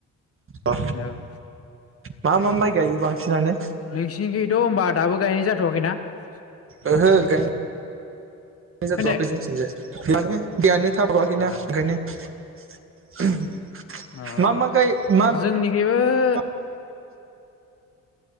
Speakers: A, on the right; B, on the left.
A: अ
B: ओं
A: मा मा माइ गायो बांसिनानो
B: नोंसिनि थ' होनबा दाबो गायनाय जा <unintelligible>
A: ओहो गाय नो जाथ'आखै
B: खोनायाखै?
A: जोंथिंजाय <unintelligible> ओंखायनो
B: अ
A: <unintelligible>
B: आ
A: मा मा गाय मा मा
B: जोंनिखियै <unintelligible>
A: <inaudible> <inaudible>